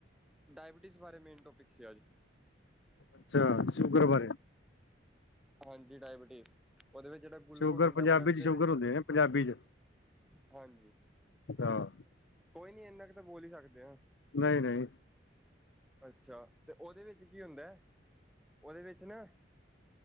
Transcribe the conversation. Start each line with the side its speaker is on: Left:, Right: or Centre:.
Centre: ਡਾਇਬਟੀਜ਼ ਬਾਰੇ ਮੇਨ ਟੋਪਿਕ ਸੀ, ਅੱਜ
Left: ਅੱਛਾ ਸ਼ੂਗਰ ਬਾਰੇ
Centre: ਹਾਂਜੀ ਡਾਇਬਟੀਜ਼, ਉਹਦੇ ਵਿੱਚ ਜਿਹੜੇ ਗਲੂਕੋਸ
Left: ਸ਼ੂਗਰ
Centre: ਹੁੰਦਾ,
Left: ਪੰਜਾਬੀ
Centre: ਬਲਡ
Left: ਚ
Centre: ਦੇ
Left: ਸ਼ੂਗਰ
Centre: ਵਿੱਚ,
Left: ਹੁੰਦੇ ਨੇ ਪੰਜਾਬੀ ਚ
Centre: ਹਾਂਜੀ।
Left: ਹਾਂ
Centre: ਕੋਈ ਨੀ, ਇੰਨਾ ਕੁ ਤਾਂ ਬੋਲ ਹੀ ਸਕਦੇ ਆਂ।
Left: ਨਹੀਂ ਨਹੀਂ
Centre: ਅੱਛਾ, ਤੇ ਉਹਦੇ ਵਿੱਚ ਕੀ ਹੁੰਦਾ ਹੈ, ਉਹਦੇ ਵਿੱਚ ਨਾ